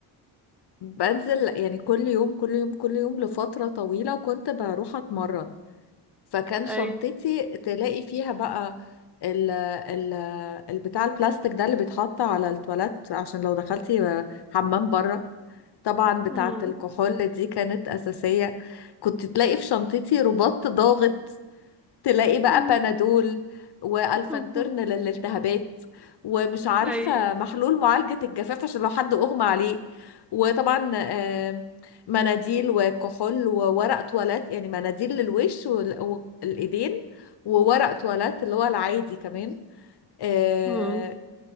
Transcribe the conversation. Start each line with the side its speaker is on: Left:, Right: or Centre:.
Left: بنزل يعني كل يوم كل يوم كل يوم لفترة طويلة وكنت بروح اتمرن فكان شنطتي
Centre: اي
Left: تلاقي فيها بقى ال ال البتاع البلاستيك ده اللي بيتحط على التواليت عشان لو دخلتي حمام بره طبعا بتاعة
Centre: مم.
Left: الكحول دي كانت أساسية كنت تلاقي في شنطتي رباط ضاغط تلاقي بقى
Centre: مم.
Left: بنادول والفانترن
Centre: <laughs>
Left: للالتهابات ومش عارفه
Centre: اي
Left: محلول معالجه الجفاف عشان لو حد اغمى عليه وطبعا آه، مناديل وكحول وورق تواليت يعني مناديل للوش وال- والايدين وورق تواليت اللي هو العادي كمان آه،
Centre: مم.